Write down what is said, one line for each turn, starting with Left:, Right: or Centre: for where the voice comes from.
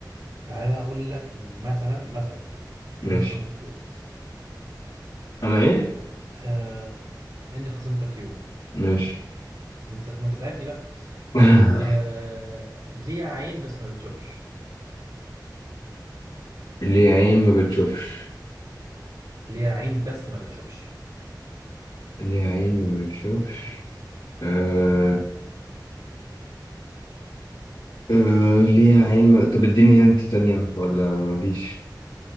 Right: تعالى اقول لك مثلا مثلا يعني
Left: ماشي
Right: اني خصمتك يوم
Left: انا ايه
Right: آه اني خصمتك يوم
Left: ماشي
Right: ما انت ما انت تعبني بقى طيب
Left: <laughs>
Right: آه ليه عين بس ما بتشوفش
Left: ليه عين ما بتشوفش
Right: ليه عين بس ما بتشوفش
Left: ليه عين ما بتشوفش آه... آه... ليها عين ما... طب اديني هنت تانية ولا مفيش